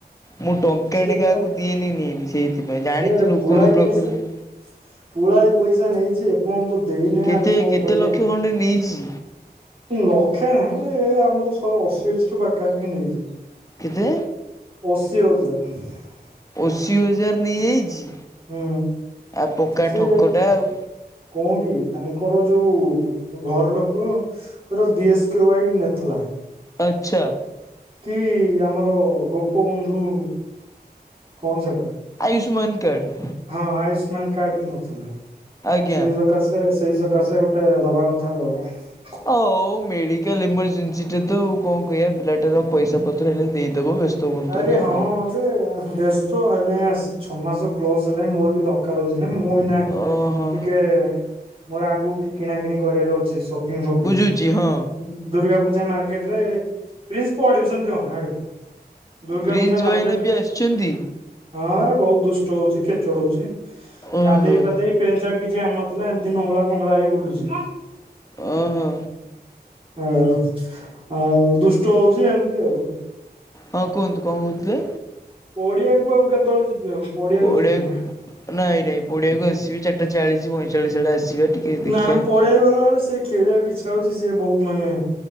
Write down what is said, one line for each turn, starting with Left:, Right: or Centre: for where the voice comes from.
Left: ମୁଁ ଟଙ୍କା
Right: ସେ
Left: ଟେ କାହାକୁ ଦିଏନି ନିଏନି। ସେଇଥିପାଇଁ ଜାଣିଛି
Right: ସେ
Left: ଲୋକଙ୍କ
Right: ପୁଳାଇ
Left: ପ୍ରକୃତି
Right: ପଇସା ପୁଳାଇ ପଇସା ନେଇ ଯେ ପର୍ଯ୍ୟନ୍ତ ଦେଇନାହି
Left: କେତେ
Right: ଆଉ କଣ
Left: କେତେ
Right: କରିବା
Left: ଲକ୍ଷ ଖଣ୍ଡେ ନେଇଛି
Right: ଲକ୍ଷେ ନାହିଁ ଏ ଆମର ଶହେ ଅଶୀ ଅଛି ପାଖାପାଖି ନେଇଛି।
Left: କେତେ
Right: ଅଶୀ ହଜାର। <inaudible>
Left: ଅଶୀ ହଜାର ନେଇଯାଇଛି।
Right: ହୁଁ
Left: ଆଉ ପକା
Right: ସେ
Left: ଠକ ଟା ଆଉ।
Right: କଣ କି ତାଙ୍କର ଯୋଉ ଘର ଲୋକଙ୍କର ବି ଏସ୍ କେ ୱ ନେଥିଲା
Left: ଆଚ୍ଛା
Right: କି ଆମର ଗୋପବନ୍ଧୁ କଣ ସେଟା?
Left: ଆୟୁଷ୍ମାନ କାର୍ଡ।
Right: ହଁ ଆୟୁଷ୍ମାନ କାର୍ଡ ବି ନଥିଲା।
Left: ଆଜ୍ଞା।
Right: ସେଇ ସକାସେ ସେଇ ସକାସେ ଗୋଟେ ଦବା କଥା। ହଉ
Left: ହଉ ମେଡିକାଲ ଏଇମରଜେନ୍ସି ଟା ତ କଣ କହିବା ପିଲାଟା ର ପଇସା ପତ୍ର ହେଲେ ଦେଇଦେବ ବ୍ୟସ୍ତ ହୁଅନ୍ତୁନି
Right: ଆରେ
Left: ଆଉ
Right: ହଁ
Left: କଣ
Right: ଯେ ବ୍ୟସ୍ତ ହେଲେ ହଁ ଆସି ଛଅ ମାସ ପ୍ଲସ ହେଲା ହିଁ ମୋର ବି ଦରକାର ହଉଛି। ମୁଁ ଏଇନା
Left: ଓହୋ
Right: ଟିକେ ମୋର ଆଗକୁ କି କିଣା କିିଣି କରିବାର ଅଛି ସପିଙ୍ଗ ଫପିଙ୍ଗ
Left: ବୁଝୁଛି ହଁ
Right: ଦୁର୍ଗା ପୂଜା ମାର୍କେଟରେ ପ୍ରିନ୍ସପ ପଡିିବୁ ସେମତି ହୋନା ଏଆଡକୁ ଆ। ଦୁର୍ଗା
Left: ପ୍ରିନ୍ସ
Right: ପୂଜା ମାର୍କେଟ
Left: ଭାଇନା
Right: ରେ
Left: ବି ଆସିଛନ୍ତି।
Right: ହଁ ବହୁତ ଦୁଷ୍ଟ ହଉଛି। କ୍ରିକେଟ୍ ହଉଛି।
Left: ଓହୋ
Right: ଗାଧେଇ ପାଧେଇ ପେଣ୍ଟ ସାଟ କିଛି ଆଣିନ? ଥିଲା ଏମିତି ନୁଙ୍ଗଳା କୁଙ୍ଗଳା ହେଇକି ବୁଲୁଛି।
Left: ଓହୋ
Right: ହଉ ଆଉ ଦୁଷ୍ଟ ହଉଛି ଏମିତି ଆଉ
Left: ହଁ କୁହନ୍ତୁ କଣ କହୁଥିଲେ?
Right: ପଡିଆକୁ ଆଉ କେତେବେଳେ ଯିବି ଆଉ
Left: ପଡିଆକୁ
Right: ଯିବିନି
Left: ନାଇଁ ରେ ପଡିଆକୁ ଆସିବି ଚାରି ଚାଳିଶ ପଇଁଚାଳୀଶ ଆଡେ ଆସିବା ଟିକେ ଦେଖିବା।
Right: ନାଁ ପଡିଆ ଗଲା ବେଳକୁ ସେ ଖେଳିବାକୁ ଇଛା ହଉଛି। ଯେ ବହୁତ ମାନେ